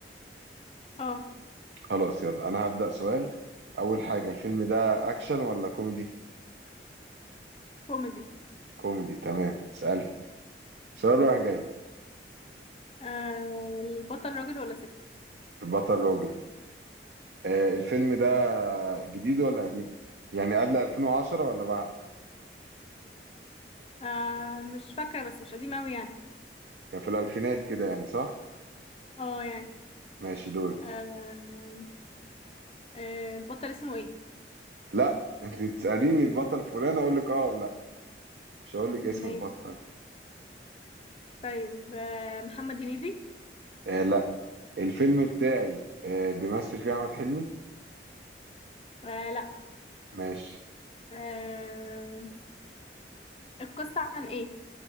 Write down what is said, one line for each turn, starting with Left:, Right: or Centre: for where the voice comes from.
Left: اه
Right: خلاص يلا انا هبدأ سؤال اول حاجة الفيلم ده اكشن ولا كوميدي
Left: كوميدي
Right: كوميدي تمام اسألي سؤال رايح جاي
Left: آه البطل راجل ولا ست
Right: البطل راجل آه، الفيلم ده جديد ولا قديم يعني قبل 2010 ولا بعد
Left: آه مش فاكرة بس مش قديم اوي يعني
Right: يعني في الألفينات كده يعني صح
Left: اه يعني
Right: ماشي دورك
Left: آه آه البطل اسمه ايه
Right: لا <laughs> انت تسأليني البطل فلان اقول لك اه ولا مش هقول لك اسم
Left: ماشي
Right: البطل
Left: طيب آه محمد هنيدي
Right: آه لا الفيلم بتاعي آه بيمثل فيه احمد حلمي
Left: آه لا
Right: ماشي
Left: آه القصة عن ايه